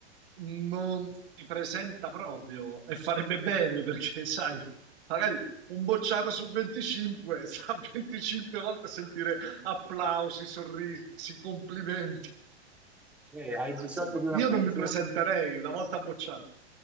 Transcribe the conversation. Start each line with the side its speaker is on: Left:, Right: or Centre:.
Right: non si presenta proprio e farebbe bene perché, <laughs> sai, magari un bocciato su 25 <laughs> sa 25 volte sentire applausi, sorrisi, complimenti.
Centre: Eh, hai
Right: No,
Centre: bisogno
Right: Insomma,
Centre: di un
Right: io
Centre: appoggio,
Right: non mi presenterei una volta bocciato.